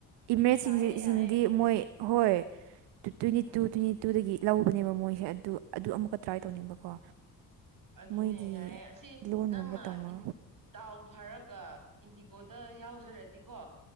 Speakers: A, on the right; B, on the right.
A: ꯏꯃꯦꯃꯦꯖꯁꯤꯡ
B: ꯌꯥꯏꯌꯦ ꯌꯥꯏꯌꯦ
A: ꯁꯤꯡꯗꯤ
B: ꯎꯝ
A: ꯃꯣꯏ ꯍꯣꯏ two twenty
B: um
A: two twenty ꯇꯨꯗꯒꯤ ꯂꯧꯕꯅꯦꯕ ꯃꯣꯏꯁꯦ ꯑꯗꯨ ꯑꯗꯨ ꯑꯃꯨꯛꯀ ꯇ꯭ꯔꯥꯏ
B: ꯎꯝ
A: ꯇꯧꯅꯤꯡꯕꯀꯣ
B: ꯑꯗꯨꯅꯦ
A: ꯃꯣꯏꯒꯤ
B: ꯌꯥꯏꯌꯦ ꯑꯁꯤ
A: ꯂꯣꯟꯒꯨꯝꯕ
B: ꯅꯪꯅ
A: ꯇꯥꯃꯣ
B: ꯗꯥꯎ ꯐꯔꯒ ꯏꯟꯗꯤꯒꯣꯗ ꯌꯥꯎꯖꯔꯗꯤꯀꯣ